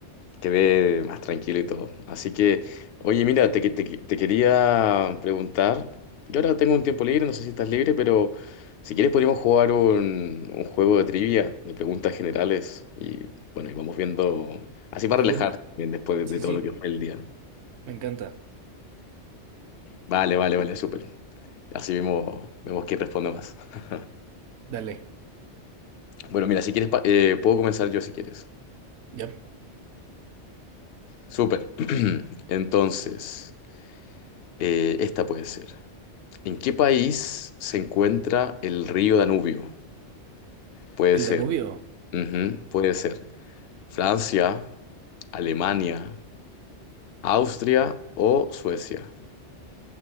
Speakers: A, on the left; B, on the right.
A: quedé más tranquilo y todo. Así que, oye, mira, te, que- te que- te quería preguntar. Yo ahora tengo un tiempo libre, no sé si estás libre, pero si quieres podríamos jugar un, un juego de trivia, de preguntas generales. Y bueno, y vamos viendo, así
B: De
A: para relajarse
B: una.
A: también después de,
B: Sí,
A: de todo
B: sí,
A: lo que fue el día.
B: me encanta.
A: Vale, vale, vale, súper. Así vemos, vemos quién responde más. <laughs>
B: Dale.
A: Bueno, mira, si quieres, pa- eh, puedo comenzar yo si quieres.
B: Ya.
A: Súper. <clears throat> Entonces, eh, esta puede ser. ¿En qué país se encuentra el río Danubio? Puede
B: El
A: ser,
B: Danubio.
A: ujú, puede ser Francia, Alemania, Austria o Suecia.